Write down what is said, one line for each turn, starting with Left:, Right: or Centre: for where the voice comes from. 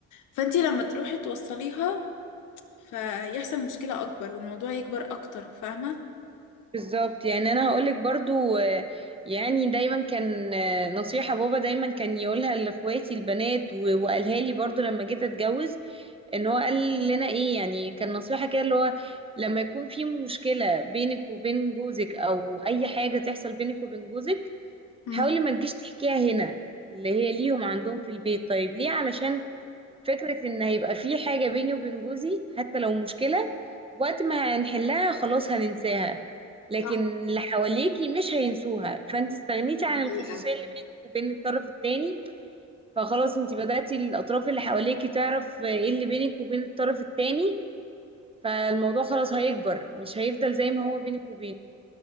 Left: فانتي لما تروحي توصليها فيحصل مشكلة اكبر والموضوع يكبر اكتر فاهمة
Right: بالظبط يعني انا هقولك برضو آه، يعني دايما كان آه، نصيحة بابا دايما كان يقولها لاخواتي البنات و- وقالها لي برضو لما جيت اتجوز ان هو قال لنا ايه يعني كان نصيحة كده اللي هو لما يكون في مشكلة بينك وبين جوزك او اي حاجة تحصل بينك وبين جوزك
Left: مم.
Right: حاولي ما تجيش تحكيها هنا اللي هي ليهم عندهم في البيت طيب ليه علشان فكرة ان هيبقى في حاجة بيني وبين جوزي حتى لو مشكلة وقت ما هنحلها خلاص هننساها لكن
Left: صح
Right: اللي حواليكي مش هينسوها فانت استغنيتي
Left: دي
Right: عن
Left: حقيقة
Right: الخصوصية اللي بينك وبين الطرف التاني فخلاص انت بدأتي الاطراف اللي حواليكي تعرف ايه اللي بينك وبين الطرف التاني فالموضوع خلاص هيكبر مش هيفضل زي ما هو بينك وبينه